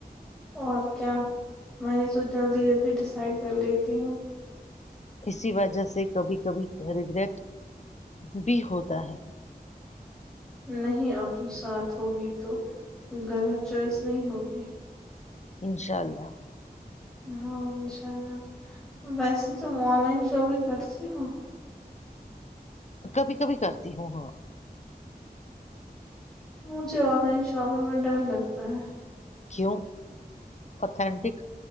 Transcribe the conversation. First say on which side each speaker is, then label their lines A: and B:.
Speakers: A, in the centre; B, on the left.
A: اور کیا میں نے سو جلدی جلدی ڈسائڈ کر لیتی ہوں
B: اسی وجہ سے کبھی کبھی ریگریٹ بھی ہوتا ہے
A: نہیں اب تم ساتھ ہوگی تو غلط چوائس نہیں ہوگی
B: انشاء اللہ
A: ہاں انشاء اللہ ویسے تم آن لائن شاپنگ کرتی ہو
B: کبھی کبھی کرتی ہوں ہاں
A: مجھے آن لائن شاپنگ میں ڈر لگتا ہے
B: کیوں اتنٹک